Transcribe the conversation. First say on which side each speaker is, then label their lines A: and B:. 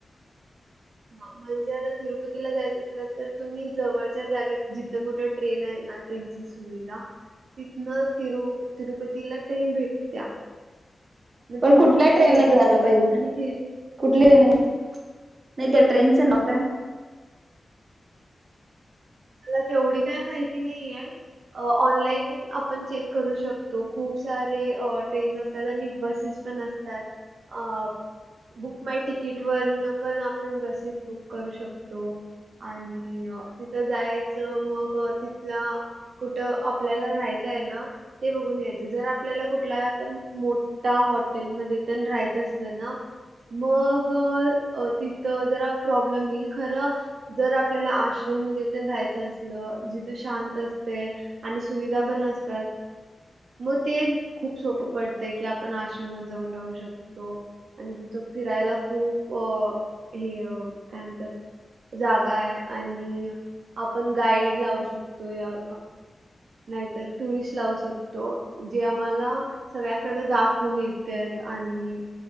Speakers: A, on the right (about 85°); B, on the right (about 55°).
A: हा म्हणजे आता तिरुपतीला जायचं असल तर तुम्ही जवळच्या जागेत जिथं कुठं ट्रेन आहे ना ट्रेनची सुविधा तिथनं तिरु तिरुपतीला ट्रेन भेटत्या मग
B: पण
A: तिथन
B: कुठल्या
A: ट्रेन घ्यायची
B: न जायला पाहिजे
A: आणि तिरु
B: कुठली ट्रेन आहे नाही त्या ट्रेनच नाव काय?
A: मला तेवढी काय माहिती नाही ए ऑनलाईन हे आपण चेक करू शकतो. खूप सारे ट्रेन्ज असतात आणि बसेस पण असतात आ प बुक माय तिकीट वरन पण, आपण बसेस बुक करू शकतो. आणि अ तिथं जायचं, मग अ तिथला कुठं आपल्याला राहायचंय ना, ते बघून घ्यायचं, जर आपल्याला कुठला तर मो त्या हॉटेलमध्ये तेन राहायचं असलं ना मग अ तिथं जरा प्रॉब्लेम येईल खरं अ जर आपल्याला आश्रममध्ये तेन राहायचं, असल जिथे शांत असतय आणि सुविधा पण असतात. मग ते खूप सोपं पडतंय की, आपण आश्रमात जाऊन राहू शकतो. आणि तिथं फिरायला, खूप अ हे काय म्हणतात. जागा हाय आणि आपण गाईड लावू शकतोय या नाहीतर टुरिस्ट लावू शकतो, जे आम्हाला सगळ्याकडें दाखवून येताएत आणि